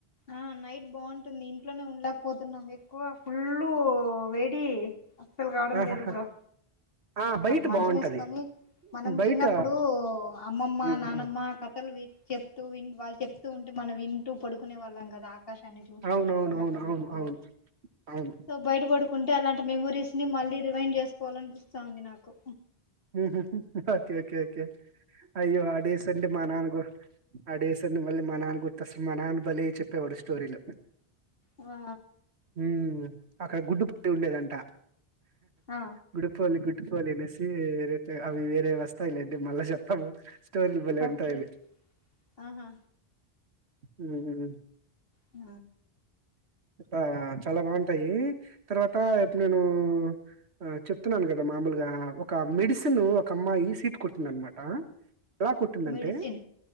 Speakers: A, on the left; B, on the right.
A: ఆ నైట్ బాగుంటుంది ఇంట్లోనే ఉండక పోతున్నాం ఎక్కువ ఫుల్ వేడి అస్సలు కావడం
B: ఆహాహా
A: లేదు బ్రో
B: ఆ బయట
A: మంచం
B: బాగుంటది
A: వేసుకొని మనం
B: బయట
A: చిన్నప్పుడు అమ్మమ్మ
B: ఉమ్
A: నానమ్మ
B: ఉమ్
A: కథలు విని చెప్తూ విని వాళ్ళు చెప్తూ ఉంటే మనం వింటూ పడుకునే వాళ్ళం కదా ఆకాశాన్ని చూస్తూ
B: అవునవును
A: చుక్కలు
B: అవును
A: లెక్క పెడుతూ
B: అవును అవును అవును
A: సో బయట పడుకుంటే అలాంటి మెమోరీస్ ని మళ్ళీ రివైన్ చేసుకోవాలనిపిస్తాంది నాకు
B: హ్మ్మ్ ఓకే ఓకే ఓకే అయ్యో ఆ డేస్ అంటే మా నాన్నకు ఆ డేసన్ని మళ్ళీ మా నాన్న గుర్తొస్తాడు మా నాన్న బలే చెప్పేవాడు స్టోరీలు
A: ఆ
B: మ్మ్ అక్కడ గుడ్డు పుట్టి ఉండేదంట
A: ఆ
B: గుడికిపోవలి అనేసి వేరే అవి వేరే వస్తాయి ఇల అ మళ్ళా చెప్పాము స్టోరీ భలే
A: ఓకే
B: ఉంటది
A: ఆహా
B: మ్మ్ హ్
A: ఆ
B: ఆ చాలా బాగుంటాయి తర్వాత నేను ఆ చెప్తున్నాను కదా మామూలుగా ఒక మెడిసిన్ ఒక అమ్మాయి సీట్ కొట్టింది అనమాట ఎలా కొట్టిందంటే
A: మెడిసిన్